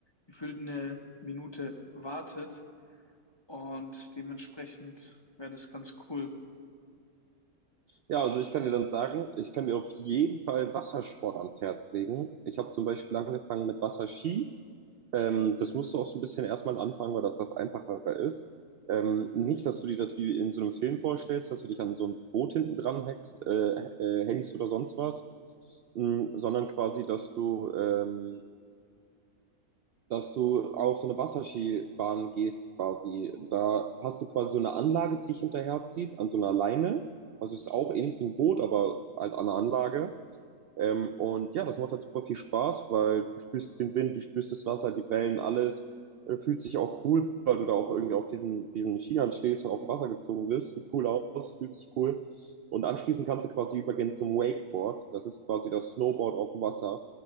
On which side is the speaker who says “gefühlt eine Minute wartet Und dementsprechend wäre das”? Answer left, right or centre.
Left